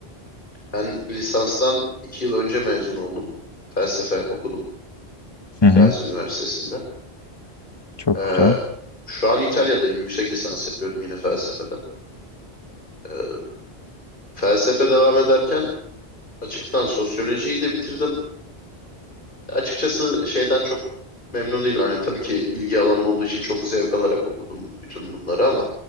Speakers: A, on the left (about 50°); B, on the left (about 25°).
A: ben lisanstan iki yıl önce mezun oldum. Felsefe okudum
B: Hı
A: Gazi
B: hı.
A: Üniversitesi'nde.
B: Çok
A: Ee,
B: güzel.
A: şu an İtalya'dayım. Yüksek lisans yapıyorum yine felsefeden. Ee, felsefe devam ederken açıktan sosyolojiyi de bitirdim. Açıkçası şeyden çok memnun değilim. Yani tabii ki ilgi alanım olduğu için çok zevk alarak okudum bütün bunları ama